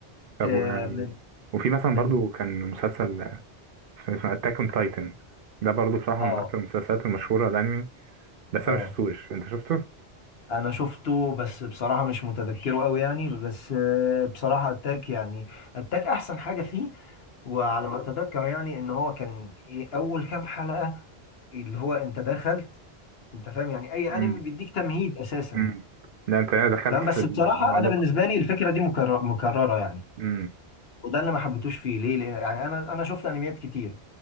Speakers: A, on the right; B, on the left.
A: طب
B: آه
A: و...
B: من
A: وفي مثلا
B: من
A: برضو كان مسلسل فيلم اسمه اتاك اون تايتن ده برضو بصراحة
B: اه
A: من أكتر المسلسلات المشهورة الأنمي بس
B: اه
A: أنا مشفتوش أنت شفته؟
B: انا شفته بس بصراحه مش متذكره قوي يعني بس آه بصراحه اتاك يعني اتاك احسن حاجه فيه وعلى ما اتذكر يعني ان هو كان ايه اول كام حلقه اللي هو انت دخلت انت فاهم يعني اي
A: امم
B: انمي بيديك تمهيد اساسا
A: امم لا أنت أنا دخلت
B: تمام
A: في
B: بس
A: العمالقة
B: بصراحه انا بالنسبه لي الفكره دي مكرر مكرره يعني
A: امم
B: وده اللي ما حبيتوش فيه ليه لأن- يعني انا انا شفت انميات كتير